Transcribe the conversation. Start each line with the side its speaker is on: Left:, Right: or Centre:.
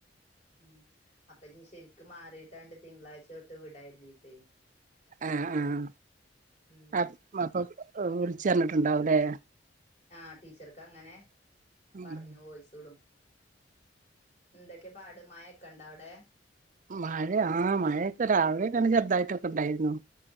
Left: ഉം അപ്പഞ്ഞ് ശെര്ക്ക് മാറീട്ടണ്ട് തിങ്ക്ളായ്ചൊട്ട് വിടാ എര്തീട്ടെ
Right: ആഹ് ആഹ്
Left: ഉം
Right: അപ് മപ്പൊ ഹ് വ്ൾ ച്ചർഞ്ഞിട്ട്ണ്ടാഉലേ
Left: ആ ടീച്ചർക്കങ്ങനെ പറഞ്ഞു
Right: ഉം
Left: വോയിസ്ടും. ന്തെക്കെ പാട് മയക്കെണ്ടവ്ടേ?
Right: മഴ ആ മഴൊക്കെ രാവിലൊന്ന് ചെർതായിട്ടൊക്കെണ്ടായിരുന്നു